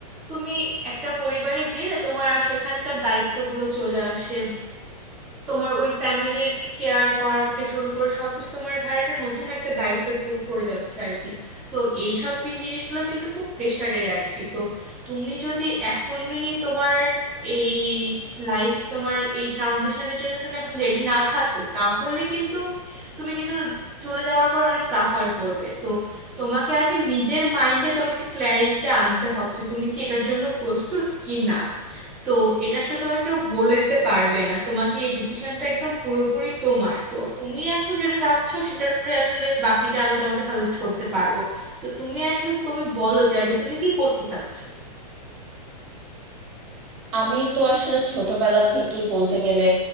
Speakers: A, in the centre; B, on the right (about 50°).
A: তুমি একটা পরিবারে গেলে তোমার আর সেখানকার দায়িত্বগুলো চলে আসে তোমার ওই ফ্যামিলির কেয়ার করা থেকে শুরু করে সবকিছু তোমার ঘাড়ে একটা নতুন একটা দায়িত্ব প- পড়ে যাচ্ছে আর কি তো এইসব বি- জিনিসগুলো কিন্তু খুব প্রেশারের আর কি তো তুমি যদি এখনই তোমার এই লাইফ তোমার এই ট্রানজিশনের জন্য তুমি এখন রেডি না থাকো তাহলে কিন্তু তুমি কিন্তু চলে যাওয়ার পর অনেক সাফার করবে তো তোমাকে আর কি নিজের মাইন্ডে তোমাকে ক্ল্যারিটিটা আনতে হবে যে তুমি কি এটার জন্য প্রস্তুত কি না তো এটা আসলে তোমাকে কেউ বলে দিতে পারবে না তোমাকে এই ডিসিশনটা একদম পুরোপুরি তোমার তো তুমি এখন যেটা চাচ্ছ সেটার উপরে আসলে বাকিটা আমি তোমাকে সাজেস্ট করতে পারবো তো তুমি এখন তুমি বলো যে আগে তুমি কি করতে চাচ্ছ
B: আমি তো আসলে ছোটবেলা থেকেই বলতে গেলে